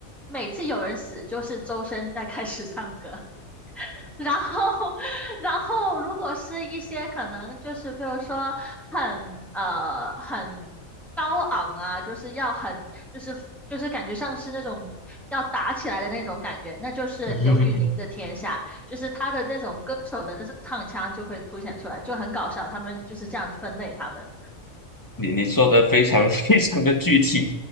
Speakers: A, in the centre; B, on the left.
A: 每次有人死就是周深在开始唱歌。然后，<laughs> 然后如果是一些可能就是比如说很呃很高昂啊，就是要很就是就是感觉像是那种要打起来的那种感觉，那就是刘宇宁的天下，
B: 哼，<laughs>
A: 就是他的那种歌手的那种唱腔就会凸显出来，就很搞笑。他们就是这样子分类他们。
B: 你你说的非常 <laughs> 非常的具体，